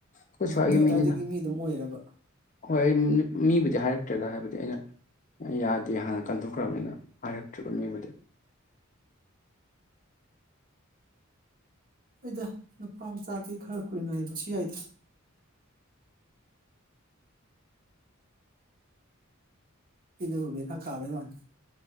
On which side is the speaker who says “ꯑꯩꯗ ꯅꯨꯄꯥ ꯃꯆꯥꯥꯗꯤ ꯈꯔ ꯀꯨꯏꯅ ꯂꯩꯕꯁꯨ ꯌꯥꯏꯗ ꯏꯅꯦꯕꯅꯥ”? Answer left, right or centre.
Right